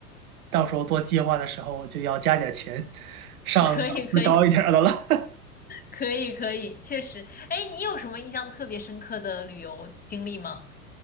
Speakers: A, on the right; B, on the left.
A: 到时候做计划的时候就要加点钱，
B: <laughs>
A: 上档次高一点儿的了。
B: 可以，可以，可以，可以，确实。哎，你有什么印象特别深刻的旅游经历吗？